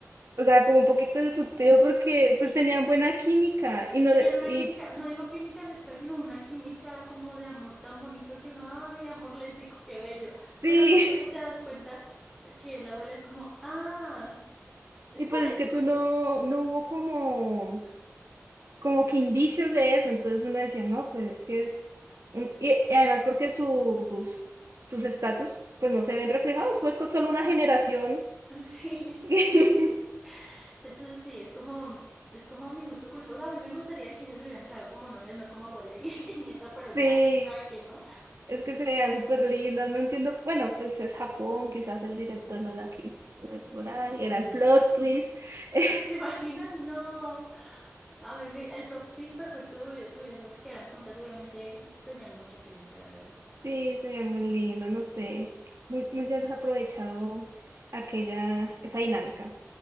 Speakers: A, on the right (about 65°); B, in the centre.
A: O sea, como un poquito disruptivo porque
B: sí,
A: pues tenían buena química y no
B: tenían una
A: y
B: química, no digo química sexual, sino una química como de amor tan bonito que uno, ay, amor lésbico, qué bello.
A: sí,
B: Pero ya cuando te das cuenta que la abuela es como, ah,
A: <laughs>
B: es
A: y
B: por
A: pues es
B: eso.
A: que tú no no hubo como como que indicios de eso, entonces uno decía, "No, pues es que es un y, y además porque sus sus estatus pues no se ven reflejados, fue con solo una generación.
B: <laughs> Sí,
A: <laughs>
B: sí, sí. Entonces sí, es como, es como mi gusto culposo. A mí me gustaría que ellas se hubieran quedado como novias, no como abuela y, <laughs> y nieta, pero ya,
A: Sí.
B: cada quien, ¿no?
A: Es que se vean súper lindas, no entiendo. Bueno, pues es Japón, quizás el director no la quiso ver por ahí. Era el plot twist. <laughs>
B: ¿Te imaginas? No. A mí me- el proptis perfecto hubiera, hubiera sido que quedaran juntas. Obviamente tenían mucha química, la verdad.
A: Sí, se veían muy lindas, no sé. Muy, muy desaprovechado aquella, esa dinámica.